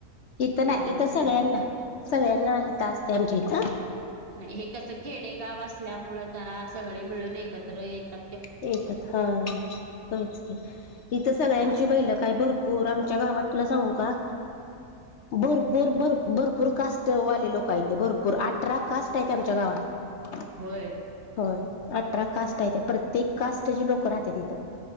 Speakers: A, on the left; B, on the right.
A: इथं
B: त्यामुळे
A: नाही इथं
B: ते
A: सगळ्यांना‌ सगळ्यांना इथं असते आमच्या इथं‌
B: नाही हे कसं खेडेगाव असल्यामुळं जरा सगळे मिळून एकत्र येता
A: येतात हा होच की इथं सगळ्यांची
B: त्यामुळे
A: बैलं काय भरपूर पोर आमच्या गावात तुला सांगू का? भरपूर भरपूर कास्टवाले लोक आहेतथे भरपूर आ ट्रा कास्ट आहे ती आमच्या गावात.
B: होय.
A: हो. अठरा कास्ट आहे ते प्रत्येक कास्टची लोक राहत्यात हिथं.